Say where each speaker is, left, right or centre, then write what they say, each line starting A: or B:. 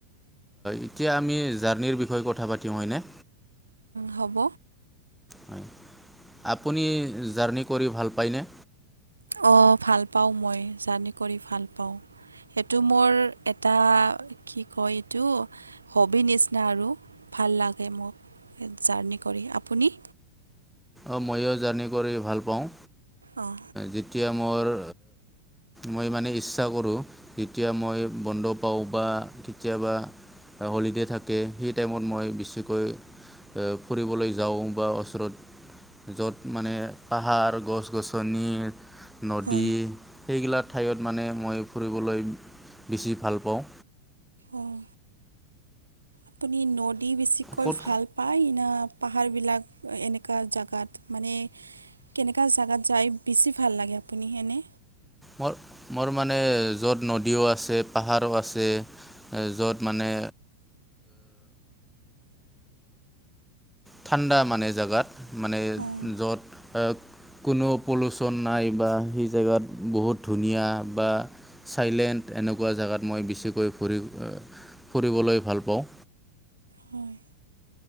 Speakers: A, in the centre; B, on the right.
A: এতিয়া আমি জাৰ্ণিৰ বিষয়ে কথা পাতিম হয়নে
B: হ'ব
A: হয় আপুনি জাৰ্ণি কৰি ভাল পায়নে
B: অঁ ভাল পাওঁ মই জাৰ্ণি কৰি ভাল পাওঁ সেইটো মোৰ এটা কি কয় এইটো হ'বি নিচিনা আৰু ভাল লাগে মোক জাৰ্ণি কৰি আপুনি
A: অঁ ময়ো জাৰ্ণি কৰি ভাল পাওঁ
B: অঁ
A: যেতিয়া মোৰ মই মানে ইচ্ছা কৰোঁ যেতিয়া মই বন্ধ পাওঁ বা কেতিয়াবা হলিডে' থাকে সেই টাইমত মই বেছিকৈ ফুৰিবলৈ যাওঁ বা ওচৰত য'ত মানে পাহাৰ গছ গছনি নদী
B: হয়
A: সেইগিলা ঠাইত মানে মই ফুৰিবলৈ বেছি ভাল পাওঁ
B: অঁ আপুনি নদী বেছিকৈ
A: ক'ত
B: ভাল পায় ন পাহাৰবিলাক এনেকুৱা জেগাত মানে কেনেকুৱা জোগাত যায় বেছি ভাল লাগে আপুনি এেনে
A: মোৰ মোৰ মানে য'ত নদীও আছে পাহাৰো আছে য'ত মানে ঠাণ্ডা মানে জেগাত মানে
B: অঁ
A: য'ত কোনো পলিুউচন নাই বা সেই জেগাত বহুত ধুনীয়া বা চাইলেণ্ট এনেকুৱা জেগাত মই বেছিকৈ ফুৰি ফুৰিবলৈ ভাল পাওঁ
B: হয়